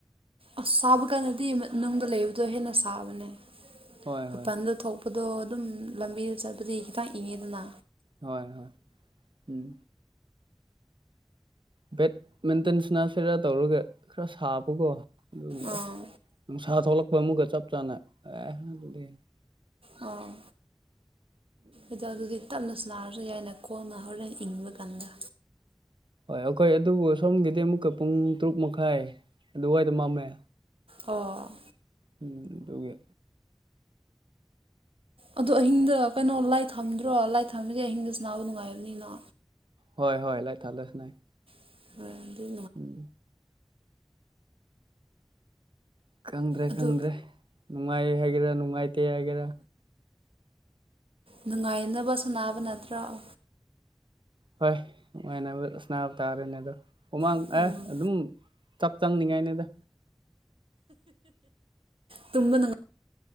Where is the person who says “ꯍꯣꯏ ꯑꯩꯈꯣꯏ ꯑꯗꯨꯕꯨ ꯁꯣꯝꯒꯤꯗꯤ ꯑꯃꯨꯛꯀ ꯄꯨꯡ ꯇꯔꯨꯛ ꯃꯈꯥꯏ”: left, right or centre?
Right